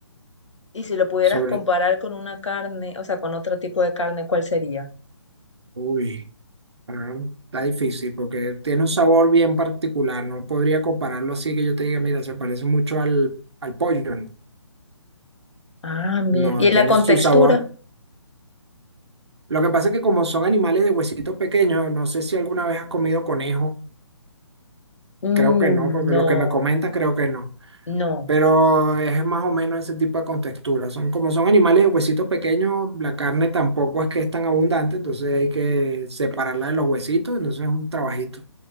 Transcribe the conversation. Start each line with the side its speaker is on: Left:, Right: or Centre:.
Left: Y si lo pudieras
Right: Sobre,
Left: comparar con una carne, o sea, con otro tipo de carne, ¿cuál sería?
Right: uy, ah, está difícil porque tiene un sabor bien particular. No podría compararlo así que yo te diga, mira, se parece mucho al, al pollo. No,
Left: Ah, mira.
Right: No,
Left: ¿Y
Right: tiene
Left: la contextura?
Right: su sabor. Lo que pasa es que como son animales de huesitos pequeños, no sé si alguna vez has comido conejo.
Left: Mm,
Right: Creo que no, porque
Left: no,
Right: lo que me comentas creo que no.
Left: no.
Right: Pero es más o menos ese tipo de contextura. Son, como son animales de huesitos pequeños, la carne tampoco es que es tan abundante, entonces hay que separarla de los huesitos, entonces es un trabajito.